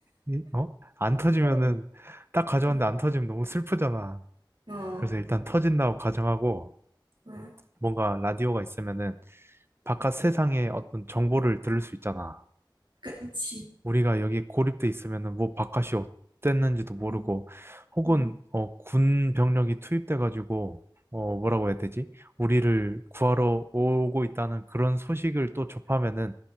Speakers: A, on the right (about 30°); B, on the right (about 70°).
A: 이- 어? 안 터지면은
B: 음.
A: 딱 가져왔는데
B: 음,
A: 안 터지면 너무 슬프잖아.
B: 어,
A: 그래서 일단 터진다고 가정하고
B: 음,
A: 뭔가 라디오가 있으면은 바깥 세상의 어떤 정보를 들을 수 있잖아.
B: 그치.
A: 우리가 여기 고립돼 있으면은 뭐 바깥이 어땠는지도 모르고
B: 응,
A: 혹은
B: 응,
A: 어, 군 병력이 투입돼가지고 어, 뭐라고 해야 되지? 우리를 구하러 오고 있다는 그런 소식을 또 접하면은